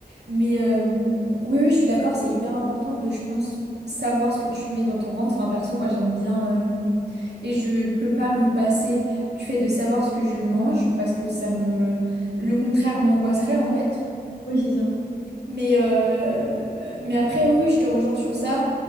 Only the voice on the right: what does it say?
mais euh, oui, oui, je suis d'accord, c'est hyper important de, je pense, savoir ce que tu mets dans ton ventre. Enfin, perso, moi, j'aime bien euh, et je peux pas me passer du fait de savoir ce que je mange parce que ça me, le contraire m'angoisserait en fait.
Mais, euh, mais après, oui, oui, je te rejoins sur ça.